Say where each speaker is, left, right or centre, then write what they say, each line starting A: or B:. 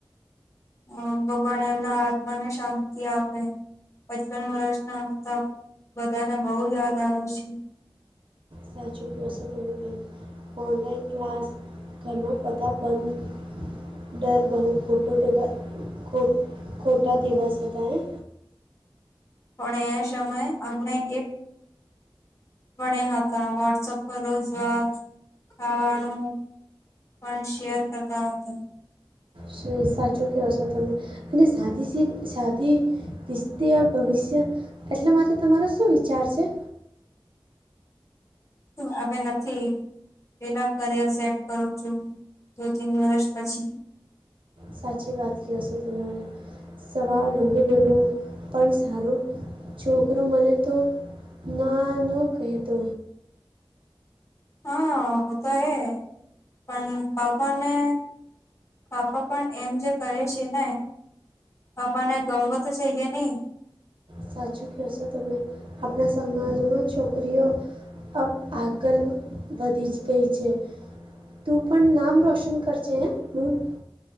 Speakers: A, on the left (about 35°); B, on the right (about 70°).
A: અ ભગવાન એમના આત્મા ને શાંત તિ આપે પચપન વર્ષનાતા બધાને બહુ યાદ આવે છે.
B: સાચું કયો છો તમે બેન ઓનલાઈન ક્લાસ ઘરમાં બતા બંધ ડર બહુ ખટો કેવાય ખોટા તીવાસ હોતા હૈ.
A: પણ એ સમયે અમણે કેમ મળ્યા હતા વોટ્સઅપ પર રોજ વાત ખાવાનું નુ પણ શેયર કરતા હતા.
B: સુ સાચું કયો છો તમે અને સાધિસિવ સાધિ <unintelligible> વિસ્તી ભવિષ્ય એટલે માટે તમારો શું વિચાર છે.
A: હવે નથી. પેલા કરિયર સેટ કરું છું દો તન વર્ષ પછી.
B: સાચી વાત કયો છો તમારે સવાર લંબુ બનવું પણ સારું. છોકરો મળે તો ના ન કહેતો
A: હા નો તો એ પણ બાપાને પાપા પણ એમ જે કરે છે ને પાપા ને ગમવો તો <unintelligible> છે નહી
B: સાચું કયો છો તમે આપણા સમાજમાં છોકરીઓ અબ આગળ વધી જ ગઈ છે. તું પણ નામ રોશન કરશે હે બૂન